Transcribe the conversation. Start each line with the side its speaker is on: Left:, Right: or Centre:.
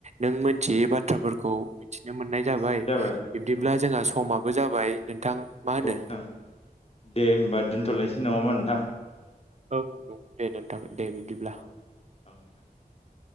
Right: नों मोनथियै बाथ्राफोरखौ मिथिनो मोननाय जाबाय
Left: मिथिनाय
Right: बिब्दिब्ला
Left: औ
Right: जोंहा समाबो जाबाय नोंथां मा
Left: औ
Right: होनो
Left: नोंथां दे होमबा <inaudible>
Right: औ नंगौ दे नोंथां
Left: <inaudible>
Right: दे बिदिब्ला